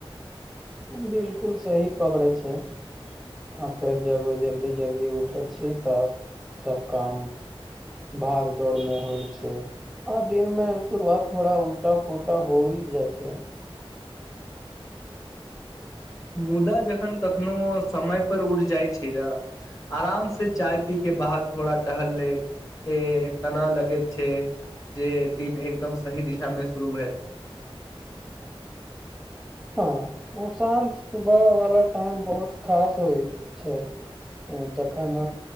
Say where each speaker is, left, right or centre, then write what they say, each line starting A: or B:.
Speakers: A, in the centre; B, on the left (about 35°).
A: बिलकुल सही पकड़ै छै। आ फेर जब जल्दी जल्दी उठे छी तऽ सभ काम। भाग दौड़ नहि होइ छै। आ दिन में शुरुआत थोड़ा उल्टा पुलटा होइ जाइ छै।
B: मुदा जखन कखनो समय पर उड़ जाइ छै। न। आराम से चाय पी। के बाहर थोड़ा टहल ले। ए तना लगैत छै। जे दिन एकदम सही दिशा मे शुरू भेल।
A: हँ ओ शं। सुबह वाला टाइम बहुत खास होइ छै। जखन